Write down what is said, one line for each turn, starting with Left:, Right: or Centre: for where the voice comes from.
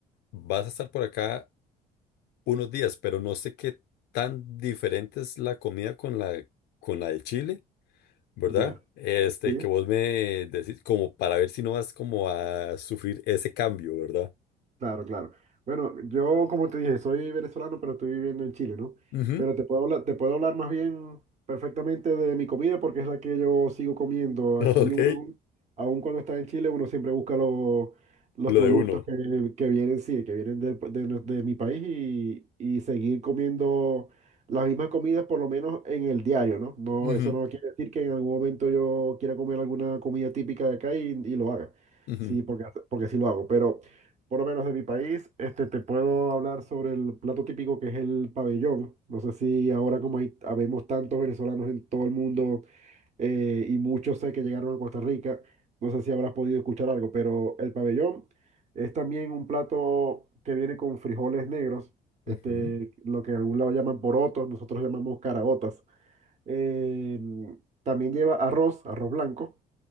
Left: vas a estar por acá unos días, pero no sé qué tan diferente es la comida con la, con la de Chile, ¿verdad?
Right: Ya.
Left: Este,
Right: Sí.
Left: que vos me decís como para ver si no vas como a sufrir ese cambio, ¿verdad?
Right: Claro, claro. Bueno, yo como te dije, soy venezolano, pero estoy viviendo en Chile, ¿no?
Left: Ujú,
Right: Pero te puedo hablar, te puedo hablar más bien perfectamente de mi comida porque es la que yo sigo comiendo.
Left: <laughs>
Right: Aquí
Left: Ok,
Right: uno, aun cuando está en Chile, uno siempre busca los los
Left: lo
Right: productos
Left: de uno.
Right: que, que vienen, sí, que vienen del- de, nue- de mi país y, y seguir comiendo las mismas comidas por lo menos en el diario, ¿no? No,
Left: Ujú,
Right: eso no quiere decir que en algún momento yo quiera comer alguna comida típica de acá y, y lo haga.
Left: ujú,
Right: Sí, porque, porque sí lo hago, pero por lo menos de mi país, este, te puedo hablar sobre el plato típico que es el pabellón. No sé si ahora como hay, habemos tantos venezolanos en todo el mundo eh, y muchos sé que llegaron a Costa Rica, no sé si habrás podido escuchar algo, pero el pabellón es también un plato que viene con frijoles negros,
Left: ujú.
Right: este, lo que en algún lado llaman porotos, nosotros llamamos caraotas. Eh, también lleva arroz, arroz blanco.